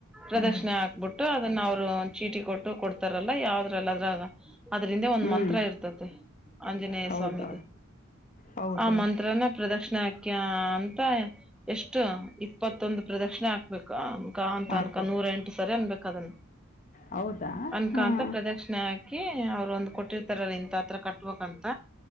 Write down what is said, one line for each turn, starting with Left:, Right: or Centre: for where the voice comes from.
Centre: ಪ್ರದಕ್ಷಣೆ
Left: ಹಾಗೆ
Centre: ಹಾಕ್ಬಿಟ್ಟು ಟ್ಟು ಅದನ್ನ ಅವ್ರು ಒಂದ್ ಚೀಟಿ ಕೊಟ್ಟು ಕೊಡ್ತಾರಲ್ಲ ಯಾವದ್ರಲ್ಲದ್ರಾಗ್ ಅದರಿಂದೆ ಒಂದ್
Left: ಹ್ಞೂ
Centre: ಮಂತ್ರ ಇರ್ತತೆ ಆಂಜನೇಯ
Left: ಹೌದಾ
Centre: ಸ್ವಾಮಿದು
Left: ಹೌದು
Centre: ಆ ಮಂತ್ರನ ಪ್ರದಕ್ಷಣೆ ಹಾಕ್ಯ ಅಂತ ಎಷ್ಟು ಇಪ್ಪತ್ತೊಂದ ಪ್ರದಕ್ಷಣೆ ಹಾಕ್ಬೇಕ್. <unintelligible>
Left: ಹಾಕ್ಬೇಕು
Centre: ಅನಕೊಂಡ್ ನೂರ ಎಂಟು ಸರೆ ಅನ್ಬೇಕ ಅದನ್ನ.
Left: ಹೌದಾ
Centre: ಅನ್ಕೊಂತ
Left: ಹಾಂ
Centre: ಪ್ರದಕ್ಷಣೆ ಆ ಹಾಕಿ ಅವ್ರು ಒಂದ್ ಕೊಟ್ಟಿರ್ತಾರಲ್ಲ ಇಂತ ಹತ್ರ ಕಟ್ಬೇಕಂತ.